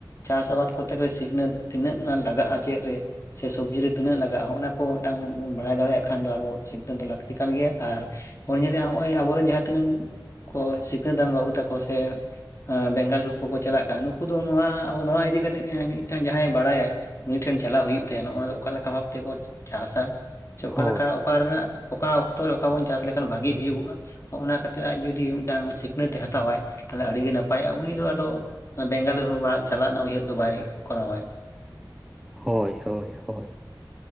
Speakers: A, on the left (about 40°); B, in the centre.
A: ᱪᱟᱥ ᱟᱵᱟᱫᱽ ᱠᱚᱛᱮ ᱜᱮ ᱥᱤᱠᱷᱚᱱᱟᱹᱛ ᱛᱤᱱᱟᱹᱜ ᱜᱟᱱ ᱞᱟᱜᱟᱜᱼᱟ᱾ ᱪᱮᱜ ᱨᱮ? ᱥᱮ ᱥᱚᱵᱽᱡᱤ ᱨᱮ ᱛᱤᱱᱟᱹᱜ ᱞᱟᱜᱟᱜᱼᱟ ᱦᱚᱜᱱᱟ ᱠᱚ ᱢᱤᱫᱴᱟᱝ ᱵᱚᱱ ᱵᱟᱲᱟᱭ ᱫᱟᱲᱮᱭᱟᱜ ᱠᱷᱟᱱ ᱫᱚ ᱟᱵᱚ ᱥᱤᱠᱷᱱᱟᱹᱛ ᱫᱚ ᱞᱟᱹᱠᱚᱛᱤ ᱠᱟᱱ ᱜᱮᱭᱟ᱾ ᱟᱨ ᱦᱚᱸ <unintelligible> ᱟᱵᱚᱨᱮᱱ ᱡᱟᱦᱟᱸ ᱛᱤᱱᱟᱹᱝ, ᱠᱚ ᱥᱤᱠᱷᱟᱹᱛᱟᱱ ᱵᱟᱹᱵᱩ ᱛᱟᱠᱚ ᱥᱮ ᱮ ᱵᱮᱝᱜᱟᱞᱳᱨ ᱠᱚᱠᱚ ᱪᱟᱞᱟᱜ ᱠᱟᱱᱟ ᱱᱩᱠᱩ ᱫᱚ ᱱᱚᱣᱟ, ᱱᱚᱣᱟ ᱤᱫᱤ ᱠᱟᱛᱮᱜ ᱢᱤᱫᱴᱟᱝ ᱡᱟᱦᱟᱸᱭ ᱵᱟᱲᱟᱭᱟᱭ ᱩᱱᱤ ᱴᱷᱮᱱ ᱪᱟᱞᱟᱜ ᱦᱩᱭᱩᱜ ᱛᱟᱭᱟᱽ᱾ ᱱᱚᱜᱼᱟ ᱫᱚ ᱚᱠᱟ ᱞᱮᱠᱟ ᱵᱷᱟᱵ ᱛᱮᱠᱚ ᱪᱟᱥᱟ ᱥᱮ ᱚᱠᱟ
B: ᱦᱳᱭ
A: ᱚᱠᱟ ᱨᱮᱱᱟᱜ ᱚᱠᱟ ᱚᱠᱛᱚ ᱨᱮ ᱚᱠᱟ ᱵᱚᱱ ᱪᱟᱥ ᱞᱮᱠᱷᱟᱱ ᱵᱷᱟᱜᱤ ᱦᱩᱭᱩᱜᱼᱟ᱾ ᱦᱚᱜᱱᱟ ᱠᱷᱟᱛᱤᱨ ᱟᱡ ᱡᱩᱫᱤ ᱢᱤᱫᱴᱟᱝ ᱥᱤᱠᱷᱱᱟᱹᱛ ᱮ ᱦᱟᱛᱟᱣᱟᱭ᱾ ᱛᱟᱦᱚᱞᱮ ᱟᱹᱰᱤᱜᱮ ᱱᱟᱯᱟᱭᱚᱜᱼᱟ ᱩᱱᱤ ᱫᱚ ᱟᱫᱚ ᱵᱮᱝᱜᱟᱞᱩᱨ ᱦᱚᱸ ᱪᱟᱞᱟᱜ ᱨᱮᱱᱟᱜ ᱩᱭᱦᱟᱹᱨ ᱫᱚ ᱵᱟᱭ ᱠᱚᱨᱟᱣᱟᱭ᱾
B: ᱦᱳᱭ ᱦᱳᱭ ᱦᱳᱭ